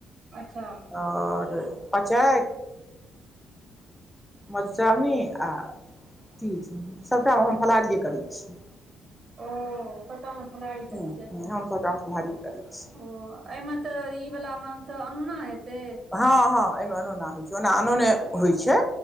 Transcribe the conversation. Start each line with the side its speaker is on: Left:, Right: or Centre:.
Right: अच्छा।
Centre: ओर पचै मधुश्रावणी आ तीज सभटा मे हम फलहारिए करे छी
Right: ओ सभटा मे फलाहारी
Centre: हँ
Right: करै
Centre: हँ
Right: छै अच्छा
Centre: हम सभटामे फलाहारिए करै छी
Right: ओ एहिमे तऽ ई वला मे तऽ अनूना हेते।
Centre: हँ, हँ एहिमे आनूना होइ छै, ओना आनोने होइ छै।